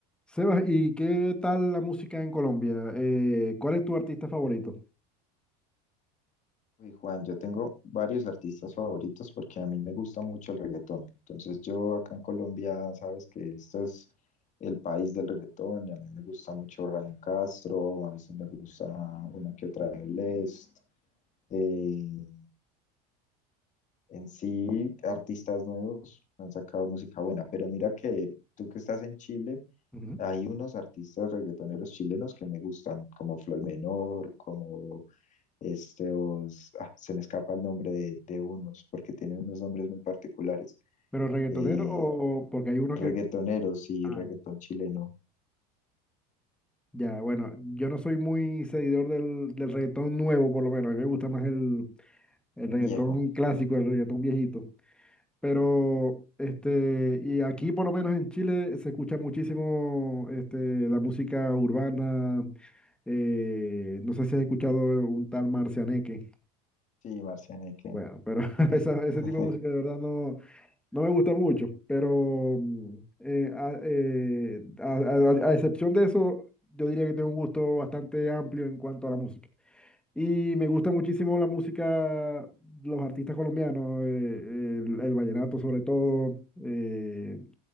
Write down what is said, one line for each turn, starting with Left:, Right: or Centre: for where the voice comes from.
Centre: Sebas, ¿y qué tal la música en Colombia? Eh, ¿cuál es tu artista favorito?
Left: Uy, Juan, yo tengo varios artistas favoritos porque a mí me gusta mucho el reggaetón. Entonces yo acá en Colombia, sabes que esto es el país del reggaetón y a mí me gusta mucho Ryan Castro, a veces me gusta una que otra de Blessd. Eh, en sí, artistas nuevos han sacado música buena, pero mira que tú que estás en Chile,
Centre: Ujú.
Left: hay unos artistas reggaetoneros chilenos que me gustan, como Floyd Menor, como este, os- ah, se me escapa el nombre de, de unos, porque tienen unos nombres muy particulares,
Centre: ¿Pero reggaetonero
Left: eh,
Centre: o porque hay uno
Left: reggaetoneros
Centre: que...
Left: y
Centre: Ah,
Left: reggaetón chileno
Centre: ya, bueno, yo no soy muy seguidor del, del reggaetón nuevo, por lo menos. A mí me gusta más el, el
Left: viejo.
Centre: reggaetón clásico, el reggaetón viejito. Pero, este, y aquí por lo menos en Chile se escucha muchísimo este, la música urbana. eh, no sé si has escuchado un tal Marcianeque.
Left: Sí, Marcianeque.
Centre: Bueno, pero <laughs> esa- ese
Left: <laughs>
Centre: tipo de música de verdad no... No me gusta mucho, pero mm, eh, a, eh, a- a- a excepción de eso, yo diría que tengo un gusto bastante amplio en cuanto a la música. Y me gusta muchísimo la música, los artistas colombianos, eh, el, el vallenato sobre todo, eh,